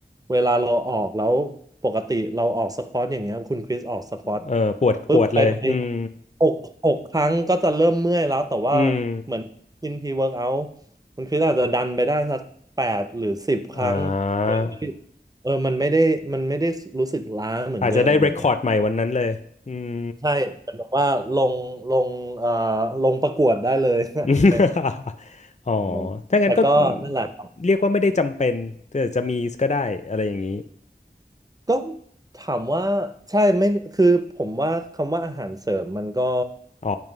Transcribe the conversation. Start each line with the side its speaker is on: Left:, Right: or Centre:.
Right: เวลาเราออกแล้วปกติเราออกสควอตอย่างเงี้ยคุณคริสออกสควอต
Left: เออปวดปวดเลยอืม
Right: ปุ๊บไปไปหกหกครั้งก็จะเริ่มเมื่อยแล้วแต่ว่า
Left: อืม
Right: กินพรีเวิร์กเอาท์คุณคริสอาจจะดันไปได้สักแปดหรือสิบครั้งโดยที่
Left: อ่า
Right: เออมันไม่ได้มันไม่ได้รู้สึกล้าเหมือนเดิมอะไรอย่างเงี้ย
Left: อาจจะได้เรคคอร์ดใหม่วันนั้นเลยอืม
Right: ใช่เป็นแบบว่าลงลงเอ่อลงประกวดได้เลย <laughs>
Left: <laughs>
Right: ไม่
Left: อ๋อ
Right: แบบนั้นแต่ก็นั่นแหละครับ
Left: ถ้างั้นก็เรียกว่าไม่ได้จำเป็นแต่จะมีก็ได้อะไรอย่างนี้
Right: ก็ถามว่าใช่ไม่คือผมว่าคำว่าอาหารเสริมมันก็
Left: อ๋อ